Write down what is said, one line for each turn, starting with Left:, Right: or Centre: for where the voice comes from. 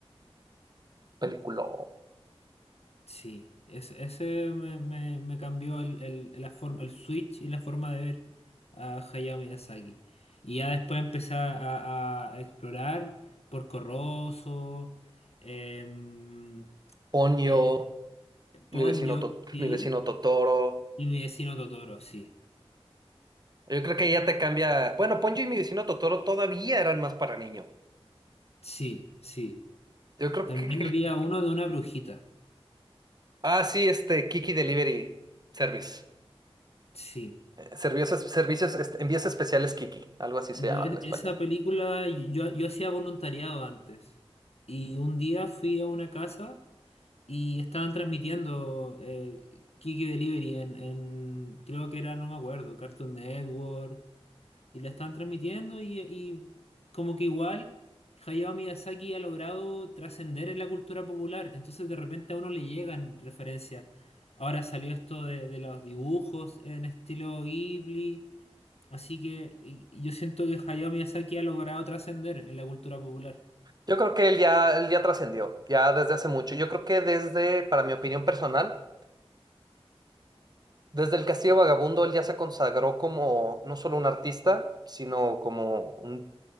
Right: Película.
Left: Sí, ese, ese me, me- me cambió el, el- la forma, el switch y la forma de ver a Hayao Miyazaki. Y ya después empecé a, a- a explorar Porco Rosso, em,
Right: Ponyo,
Left: eh,
Right: mi
Left: Ponyo,
Right: vecino, To-
Left: sí,
Right: mi vecino Totoro.
Left: y mi vecino Totoro, sí.
Right: Yo creo que ya te cambia. Bueno, Ponyo y mi vecino Totoro todavía eran más para niño.
Left: Sí, sí.
Right: Yo creo
Left: También
Right: que. el-
Left: había uno de una brujita,
Right: Ah, sí, este Kiki Delivery Service.
Left: sí.
Right: Eh, Servicios, servicios, este, envíos especiales Kiki, algo así
Left: Yo,
Right: se llama
Left: e-
Right: en español.
Left: esa película, yo, yo hacía voluntariado antes. Y un día fui a una casa. Y estaban transmitiendo eh, Kiki Delivery en, en, creo que era, no me acuerdo, Cartoon Network. Y la estaban transmitiendo y, y como que igual Hayao Miyazaki ha logrado trascender en la cultura popular. Entonces de repente a uno le llegan referencias. Ahora salió esto de, de los dibujos en estilo Ghibli. Así que y- y yo siento que Hayao Miyazaki ha logrado trascender en la cultura popular.
Right: Yo creo que él ya, él ya trascendió, ya desde hace mucho. Yo creo que desde, para mi opinión personal, desde el Castillo Vagabundo, él ya se consagró como no solo un artista, sino como un,